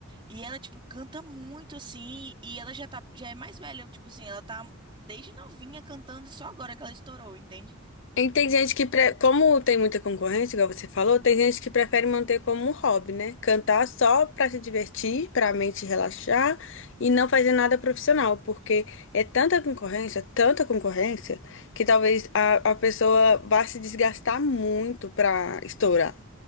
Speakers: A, on the right; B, on the left.
A: E ela, tipo, canta muito, assim, e ela já tá, já é mais velha, tipo assim, ela tá desde novinha cantando e só agora que ela estourou, entende?
B: E tem gente que, pre... como tem muita concorrência, igual você falou, tem gente que prefere manter como um hobby, né? Cantar só para se divertir, para a mente relaxar e não fazer nada profissional, porque é tanta concorrência, tanta concorrência, que talvez a, a pessoa vá se desgastar muito para estourar.